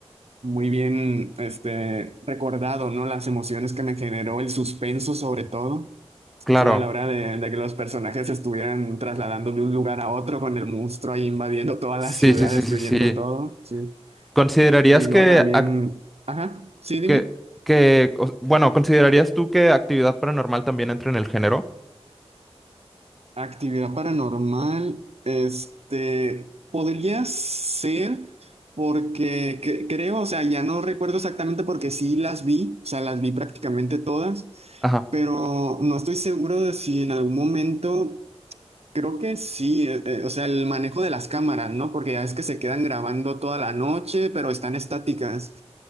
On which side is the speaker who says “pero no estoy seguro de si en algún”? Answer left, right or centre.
Right